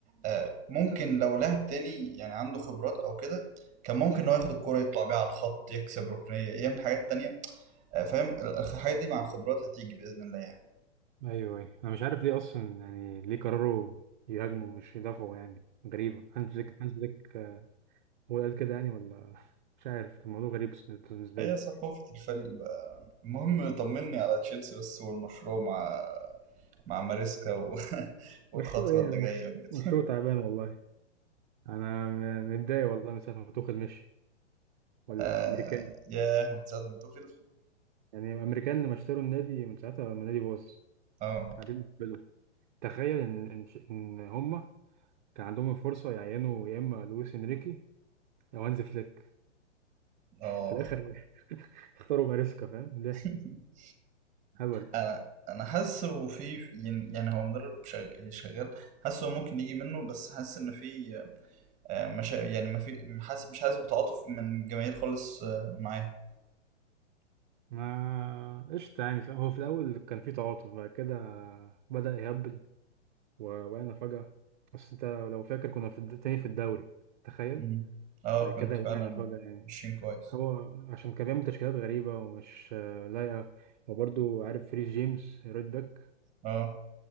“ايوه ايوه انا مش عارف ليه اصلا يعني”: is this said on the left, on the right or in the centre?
Right